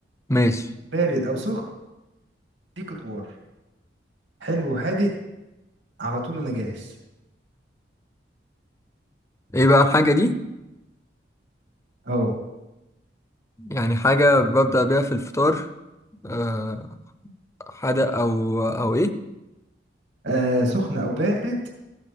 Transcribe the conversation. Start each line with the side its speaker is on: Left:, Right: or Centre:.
Left: ماشي
Right: بارد او سخن دي ادوار حلو وحادق على طول انا جاهز
Left: ايه بقى الحاجة دي
Right: اهو
Left: يعني حاجة ببدأ بيها في الفطار أه حدق أو أو إيه
Right: آه سخن او بارد